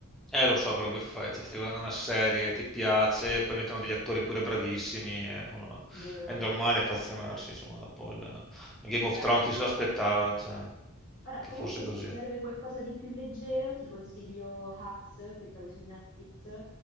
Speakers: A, in the centre; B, on the left (about 40°).
A: Eh, lo so, però che fai? Cioè, stai guardando una serie, ti piace, poi mettono degli attori pure bravissimi, eh, uno-
B: <laughs> vero?
A: è normale affezionarsi, insomma, dopo il Game of
B: Ora,
A: Thrones chi se l'aspettava, cioè,
B: Ora,
A: che
B: comunque,
A: fosse
B: se
A: così.
B: ti serve qualcosa di più leggero, ti consiglio Hacks che trovi su Netflix